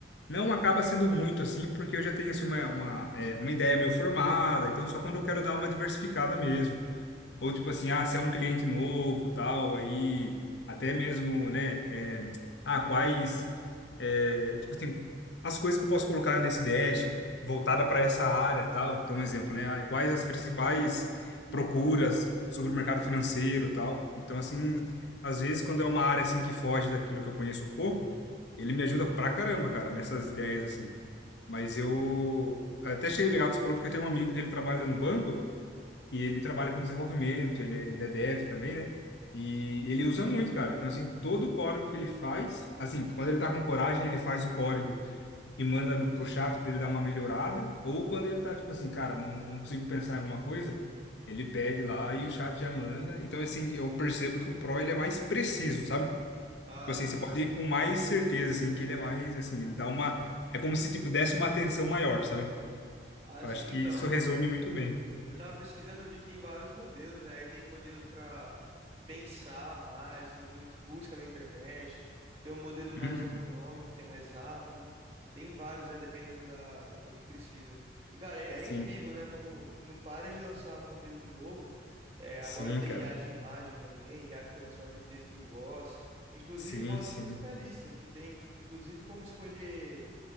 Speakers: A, on the left; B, on the right.
A: Não acaba sendo muito assim, porque eu já tenho, assim, uma, uma, é, uma ideia meio formada. Então, só quando eu quero dar uma diversificada mesmo. Ou tipo assim, ah, se é um cliente novo, tal, aí até mesmo, né, é, ah, quais, é, tipo assim, as coisas que eu posso colocar nesse dash voltada para essa área, tal. Então, um exemplo, né, ah, quais as principais procuras sobre o mercado financeiro, tal. Então, assim, às vezes quando é uma área assim que foge daquilo que eu conheço um pouco, ele me ajuda pra caramba, cara, nessas ideias assim. Mas eu eu até achei legal o que você falou porque eu tenho um amigo que ele trabalha no banco e ele trabalha com desenvolvimento, ele, é- ele é dev também, né? E ele usa muito, cara. Então, assim, todo o código que ele faz, assim, quando ele tá com coragem, ele faz o código e manda no, pro chat pra ele dar uma melhorada. Ou quando ele tá, tipo assim, cara, não, não consigo pensar em alguma coisa, ele pede lá e o chat já manda. Então, assim, eu percebo que o Pro, ele é mais preciso, sabe? Tipo
B: Ah,
A: assim,
B: sim.
A: você pode ir com mais certeza, assim, que ele é mais, assim, ele dá uma... É como se, tipo, desse uma atenção maior, sabe?
B: Ah,
A: Eu
B: sim.
A: acho
B: Então,
A: que isso resume muito bem.
B: eu tava pesquisando, eu vi que tem vários modelos, né? Aí tem modelo para pensar mais, modelo que busca na internet, tem um modelo mais
A: Uhum.
B: econômico, que é mais rápido. Tem vários, né? Dependendo da, do que precisa. E, cara, é, é
A: Sim,
B: incrível, né? Como não para de lançar modelo novo. É, agora
A: sim,
B: tem
A: cara.
B: IA de imagem também, IA que transforma texto em voz. Inclusive,
A: Sim,
B: voz
A: sim.
B: muito realista, que tem, inclusive, como escolher